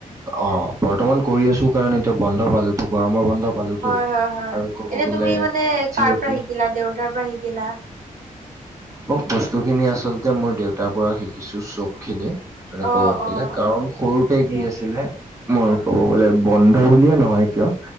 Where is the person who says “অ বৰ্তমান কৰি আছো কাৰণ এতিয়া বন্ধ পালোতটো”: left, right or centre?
Right